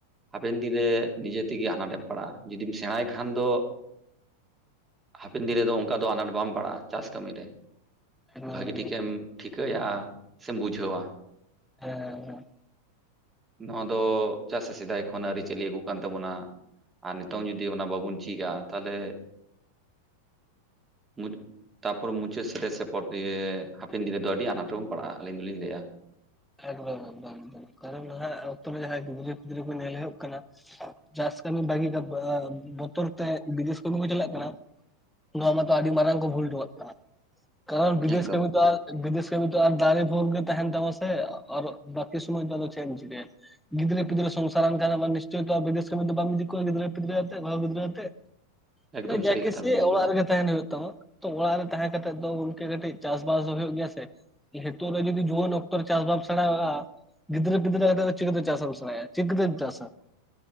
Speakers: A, on the right; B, in the centre.
A: ᱦᱟᱯᱮᱱ ᱫᱤᱱ ᱨᱮ ᱱᱤᱡᱮ ᱛᱮᱜᱮ ᱟᱱᱟᱴᱮᱢ ᱯᱟᱲᱟᱜᱼᱟ ᱡᱩᱫᱤᱢ ᱥᱮᱬᱟᱭ ᱠᱷᱟᱱ ᱫᱚ, ᱦᱟᱯᱮᱱ ᱫᱤᱱ ᱨᱮᱫᱚ ᱚᱱᱠᱟ ᱫᱚ ᱟᱱᱟᱴ ᱵᱟᱢ ᱯᱟᱲᱟᱜᱼᱟ ᱪᱟᱥ ᱠᱟᱹᱢᱤ ᱨᱮ᱾
B: ᱮᱠᱫᱚᱢ
A: ᱵᱷᱟᱹᱜᱤ
B: ᱮᱠᱫᱚᱢ
A: ᱴᱷᱤᱠᱮᱢ ᱴᱷᱤᱠᱟᱹᱭᱟ ᱥᱮᱢ ᱵᱩᱡᱷᱟᱹᱣᱟ᱾
B: ᱦᱮᱸ ᱦᱮᱸ,
A: ᱱᱚᱣᱟ ᱫᱚ ᱪᱟᱜ ᱥᱮ ᱥᱮᱫᱟᱭ ᱠᱷᱚᱱ ᱟᱹᱨᱤᱪᱟᱹᱞᱤ ᱟᱹᱜᱩ ᱠᱟᱱ ᱛᱟᱵᱚᱱᱟ ᱟᱨ ᱱᱤᱛᱚᱝ ᱡᱩᱫᱤ ᱚᱱᱟ ᱵᱟᱵᱩᱱ, ᱴᱷᱤᱠᱟ ᱛᱟᱦᱚᱞᱮ ᱢᱩᱪ ᱛᱟᱨᱯᱟᱨᱮ ᱢᱩᱪᱟᱹᱫ ᱥᱮ ᱥᱮᱫ, ᱯᱚᱨ ᱫᱤᱭᱮ ᱦᱟᱯᱮᱱ ᱫᱤᱱ ᱨᱮᱫᱚ ᱟᱹᱰᱤ ᱟᱱᱟᱴ ᱨᱮᱵᱚᱱ ᱯᱟᱲᱟᱜᱼᱟ ᱟᱹᱞᱤᱧ ᱫᱚᱞᱤᱧ ᱞᱟᱹᱭᱟ᱾
B: ᱮᱠᱫᱚᱢ ᱮᱠᱫᱚᱢ ᱮᱠᱫᱚᱢ ᱠᱟᱨᱚᱱ ᱱᱟᱦᱟᱜ ᱚᱠᱛᱚ ᱨᱮ ᱡᱟᱦᱟᱸᱭ ᱜᱤᱫᱽᱨᱟᱹ ᱯᱤᱫᱽᱨᱟᱹ ᱠᱚ ᱧᱮᱞ ᱦᱩᱭᱩᱜ ᱠᱟᱱᱟ, ᱪᱟᱥ ᱠᱟᱹᱢᱤ ᱵᱷᱟᱹᱜᱤ ᱠᱟᱜ ᱟᱸ ᱵᱚᱛᱚᱨ ᱛᱮ ᱵᱤᱫᱮᱥ ᱠᱟᱹᱢᱤ ᱠᱚ ᱪᱟᱞᱟᱜ ᱠᱟᱱᱟ᱾ ᱱᱚᱣᱟ ᱢᱟᱛᱚ ᱟᱹᱰᱤ ᱢᱟᱨᱟᱝ ᱠᱚ ᱵᱷᱩᱞ ᱦᱚᱴᱚᱠᱟᱜ ᱠᱟᱱᱟ᱾ ᱠᱟᱨᱚᱱ ᱵᱤᱫᱮᱥ
A: ᱮᱠᱫᱚᱢ
B: ᱠᱟᱹᱢᱤ ᱛᱚ ᱟᱨ ᱵᱤᱫᱮᱥ ᱠᱟᱹᱢᱤ ᱛᱚ ᱟᱨ ᱫᱟᱨᱮ ᱵᱷᱳᱨ ᱜᱮ ᱛᱟᱦᱮᱸᱱ ᱛᱟᱢᱟ, ᱛᱮ ᱟᱨ ᱵᱟᱠᱤ ᱥᱚᱢᱚᱭ ᱫᱚ ᱟᱫᱚ ᱪᱮᱜᱮᱢ ᱪᱤᱠᱟᱹᱭᱟ᱾ ᱜᱤᱫᱽᱨᱟᱹ ᱯᱤᱫᱽᱨᱟᱹ ᱥᱚᱝᱥᱟᱨ ᱟᱱ ᱠᱷᱟᱱᱮᱢ ᱟᱨ ᱱᱤᱥᱪᱚᱭ ᱛᱚ ᱵᱤᱫᱮᱥ ᱠᱟᱹᱢᱤ ᱫᱚ ᱵᱟᱢ ᱤᱫᱤ ᱠᱚᱣᱟ ᱜᱤᱫᱽᱨᱟᱹ ᱯᱤᱫᱽᱨᱟᱹ ᱟᱛᱮᱫ ᱵᱟᱹᱦᱩ ᱜᱤᱫᱽᱨᱟᱹ ᱟᱛᱮᱫ,
A: ᱮᱠᱫᱚᱢ ᱥᱟᱹᱨᱤ
B: ᱡᱟᱠᱤᱥᱮᱭ
A: ᱠᱟᱛᱷᱟ ᱵᱮᱱ ᱞᱟᱹᱭ
B: ᱚᱲᱟᱜ
A: ᱠᱟᱫᱟ
B: ᱨᱮᱜᱮ ᱛᱟᱦᱮᱱ ᱦᱩᱭᱩᱜ ᱛᱟᱢᱟ᱾ ᱛᱚ ᱚᱲᱟᱜ ᱨᱮ ᱛᱟᱦᱮᱸ ᱠᱟᱛᱮᱜ ᱫᱚ ᱜᱚᱝᱠᱮ ᱠᱟᱹᱴᱤᱜ ᱪᱟᱥᱵᱟᱥ ᱫᱚ ᱦᱩᱭᱩᱜ ᱜᱮᱭᱟ ᱥᱮ ᱦᱤᱛᱚᱜ ᱨᱮ ᱡᱩᱫᱤ ᱡᱩᱣᱟᱹᱱ ᱚᱠ ᱛᱚ ᱨᱮ ᱪᱟᱥ ᱵᱟᱢ ᱥᱮᱬᱟᱭ ᱟᱠᱟᱜᱼᱟ ᱜᱤᱫᱽᱨᱟᱹ ᱯᱤᱫᱽᱨᱟᱹ ᱠᱟᱛᱮᱫ ᱫᱚ ᱪᱤᱠᱟᱹᱛᱮ ᱪᱟᱥᱮᱢ ᱥᱮᱬᱟᱭᱟ ᱪᱤᱠᱟᱹᱛᱮᱢ ᱪᱟᱥᱟ?